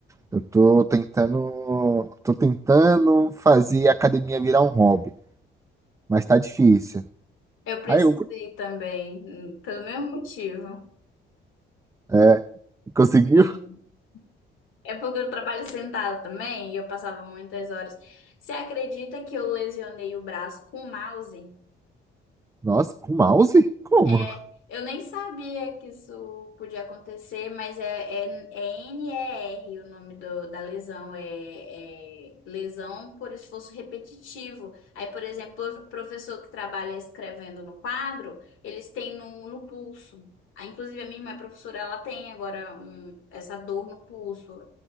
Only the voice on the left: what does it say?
Eu precisei
também, pelo mesmo motivo.
E é porque eu trabalho sentada também e eu passava muitas horas. Você acredita que eu lesionei o braço com o mouse?
É, eu nem sabia que isso podia acontecer, mas é, é, é NER o nome do, da lesão, é, é lesão por esforço repetitivo. Aí, por exemplo, o professor que trabalha escrevendo no quadro, eles têm no, no pulso. Ah, inclusive, a minha irmã é professora, ela tem agora um- essa dor no pulso,